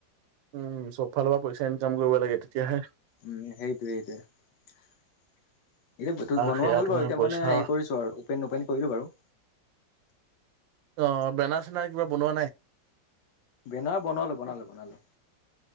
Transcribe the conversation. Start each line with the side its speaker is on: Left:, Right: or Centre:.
Right: উম, চব ফালৰ পৰা পইচা ইনকাম কৰিব লাগে, তেতিয়াহে
Left: উম, সেইটোৱেই সেইটোৱেই। এতিয়া বনোৱা
Right: সেয়া
Left: হ'ল
Right: তোমাৰ
Left: বাৰু, এতিয়া
Right: পইচা
Left: মানে হেৰি কৰিছো আৰু, অপেন-অপেন কৰিলো বাৰু।
Right: অ বেনাৰ চেনাৰ কিবা বনোৱা নাই
Left: বেনাৰ বনালোঁ, বনালোঁ, বনালোঁ।